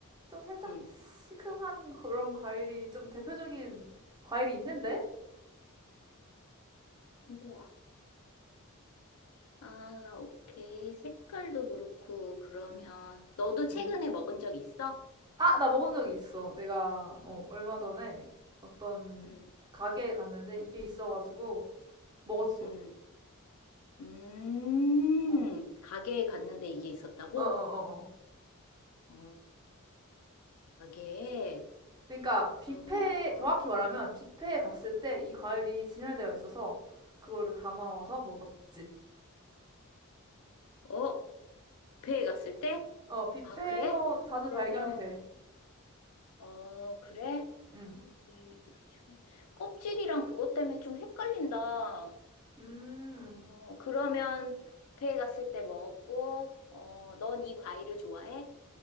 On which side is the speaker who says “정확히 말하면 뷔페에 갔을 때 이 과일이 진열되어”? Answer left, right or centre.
Right